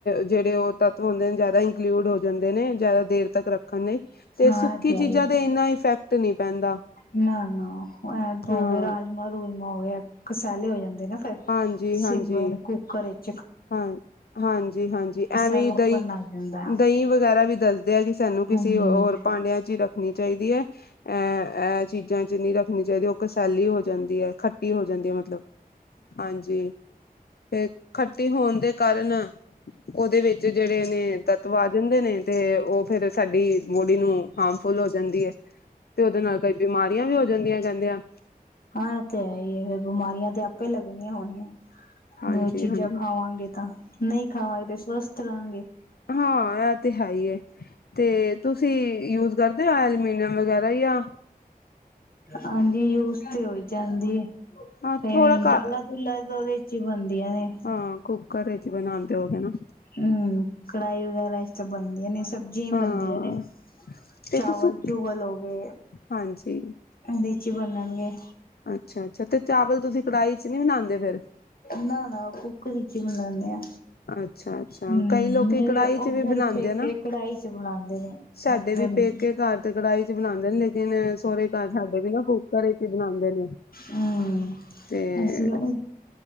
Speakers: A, on the left; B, on the left.
A: ਜਿਹੜੇ ਉਹ ਤੱਤਵ ਹੁੰਦੇ ਨੇ ਜਿਆਦਾ ਇੰਕਲੂਡ ਹੋ ਜਾਂਦੇ ਨੇ। ਜ਼ਿਆਦਾ ਦੇਰ ਤੱਕ ਰੱਖਣ ਲਈ, ਤੇ
B: ਹਾਂ
A: ਸੁੱਕੀ
B: ਇਹ ਹੈ
A: ਚੀਜ਼ਾਂ
B: ਹੀ
A: ਤੇ ਇੰਨਾ ਇਫੈਕਟ ਨਹੀਂ ਪੈਂਦਾ।
B: ਨਾ-ਨਾ ਐਂ ਤੋਂ
A: ਹਾਂ
B: ਹੋ ਗਏ ਰਾਜਮਾਂ-ਰੂਜਮਾ ਹੋ ਗਏ ਕਸਹਿਲੇ ਹੋ ਜਾਂਦੇ। ਫੇਿਰ
A: ਹਾਂਜੀ
B: ਸਿਲਵਰ
A: ਹਾਂਜੀ
B: ਕੁੱਕਰ ਚ।
A: ਹਾਂ, ਹਾਂਜੀ-ਹਾਂਜੀ
B: ਕਸੈਲਾਪਨ
A: ਐਵੇਂ ਹੀ ਦਹੀਂ
B: ਆ ਜਾਂਦਾ।
A: ਦਹੀਂ ਵਗੈਰਾ ਵੀ ਦੱਸਦੇ ਆ, ਕਿ ਸਾਨੂੰ ਕਿਸੇ
B: ਹੂੰ-ਹੂੰ
A: ਹੋਰ ਭਾਂਡਿਆਂ ਚ ਹੀ ਰੱਖਣੀ ਚਾਹੀਦੀ ਹੈ ਅਹ ਚੀਜ਼ਾਂ ਚ ਨੀ ਰੱਖ ਚਾਹੀਦੀ ਉਹ ਕਸੈਲੀ ਹੋ ਜਾਂਦੀ ਹੈ ਖੱਟੀ ਹੋ ਜਾਂਦੀ ਹੈ। ਮਤਲਬ ਹਾਂਜੀ ਫਰ ਖਰਚਾ ਹੋਣ ਦੇ ਕਾਰਨ ਉਹਦੇ ਵਿੱਚ ਜਿਹੜੇ ਨੇ ਤੱਤਵ ਆ ਜਾਂਦੇ, ਨੇ ਤੇ ਉਹ ਫੇਿਰ ਸਾਡੀ ਬੋਡੀ ਨੂੰ ਹਾਰਮਫੁਲ ਹੋ ਜਾਂਦੀ ਹੈ, ਤੇ ਉਹਦੇ ਨਾਲ ਕਈ ਬਿਮਾਰੀਆਂ ਵੀ ਹੋ ਜਾਂਦੀਆਂ ਕਹਿੰਦੇ ਆ।
B: ਹਾਂ, ਇਹ ਤੇ ਹੈ ਹੀ ਹੈ ਫਿਰ ਬਿਮਾਰੀਆਂ ਤੇ ਆਪੇ ਲੱਗਣੀਆਂ ਹੋਣੀਆਂ।
A: ਹਾਂਜੀ
B: ਨਹੀਂ ਉਹ ਚੀਜ਼ਾਂ
A: ਹਾਂਜੀ
B: ਖਾਵਾਂਗੇ, ਤਾਂ ਨਹੀਂ ਖਾਵਾਂਗੇ ਤੇ ਸਵਸਥ ਰਹਾਂਗੇ।
A: ਹਾਂ, ਇਹ ਤੇ ਹੈ ਹੀ ਹੈ ਤੇ ਤੁਸੀਂ ਯੂਜ ਕਰਦੇ ਹੋ, ਐਲਮੀਨੀਅਮ ਵਗੈਰਾ ਜਾਂ
B: ਹਾਂਜੀ, ਯੂਜ ਤੇ ਹੋਈ। ਜਾਂਦੀ
A: ਹਾਂ
B: ਕਈਣ
A: ਥੋੜਾ ਘ
B: ਦਾਲਾ- ਦੁਲਾ ਤੇ ਉਹਦੇ ਚ ਹੀ ਬਣ ਹੁੰਦੀਆਂ ਨੇ।
A: ਹਾਂ ਕੁੱਕਰ ਵਿੱਚ ਬਣਾਉਂਦੇ ਹੋਗੇ ਨਾ
B: ਹੂੰ, ਕੜਾਹੀ ਵਗੈਰਾ ਸਭ ਬਣਦੀਆਂ ਨੇ ਸਬਜ਼ੀਆਂ ਈ
A: ਹਾਂ
B: ਬਣਦੀਆਂ ਨੇ
A: ਦੇਖੋ
B: ਚਾਵਲ
A: ਸੁ
B: ਚੂਵਲ ਹੋਗੇ।
A: ਹਾਂਜੀ
B: ਉਹਦੇਈ ਚ ਬਨਣਗੇ।
A: ਅੱਛਾ-ਅੱਛਾ, ਤੇ ਚਾਵਲ ਤੁਸੀਂ ਕੜਾਹੀ ਚ ਨੀ ਬਣਾਦੇ ਫੇਰ?
B: ਨਾ-ਨਾ, ਉਹ ਕੁੱਕਰ ਚ ਈ ਮਣਾਨੇ ਆ।
A: ਅੱਛਾ ਅੱਛਾ
B: ਹੂੰ
A: ਕਈ ਲੋਕੀ
B: ਮੇਰੇ
A: ਕੜਾਹੀ ਚ
B: ਉੱਧਰ
A: ਵੀ ਬਣਾਉਂਦੇ
B: ਪੇਕੇ
A: ਆ ਨਾ
B: ਕੜਾਹੀ ਚ ਬਣਾਦੇ ਨੇ।
A: ਸਾਡੇ ਵੀ
B: ਹਮ
A: ਪੇਕੇ ਘਰ ਤੇ ਕੜਾਹੀ ਚ ਬਣਾਦੇ ਨੇ ਲੇ ਦਿਨ ਸਹੁਰੇ ਘਰ ਸਾਡੇ ਵੀ ਨਾ ਕੁਕਰ ਇਚ ਈ ਬਨਾਦੇ ਨੇ।
B: ਹੂੰ,
A: ਤੇ
B: ਇਸ ਵਾਰ